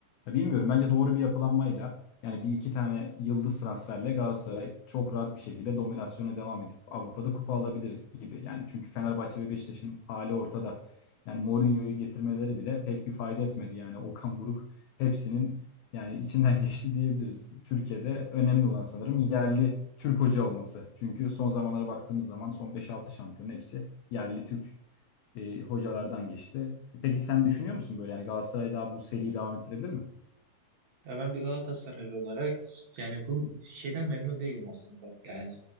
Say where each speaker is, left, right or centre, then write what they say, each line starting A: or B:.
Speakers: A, on the left; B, on the right.
A: Ya bilmiyorum bence doğru bir yapılanmayla yani bir iki tane yıldız transferle Galatasaray çok rahat bir şekilde dominasyona devam edip Avrupa'da kupa alabilir gibi. Yani çünkü Fenerbahçe ve Beşiktaş'ın hali ortada. Yani Mourinho'yu getirmeleri bile pek bir fayda etmedi. Yani Okan Buruk hepsinin yani içinden <laughs> geçti diyebiliriz. Türkiye'de önemli olan sanırım yerli Türk hoca olması. Çünkü son zamanlara baktığımız zaman son beş altı şampiyonun hepsi yerli Türk e, hocalardan geçti. E, Peki sen düşünüyor musun böyle yani Galatasaray daha bu seriyi devam ettirebilir mi?
B: Ya ben bir Galatasaraylı olarak yani bu şeyden memnun değilim aslında. Yani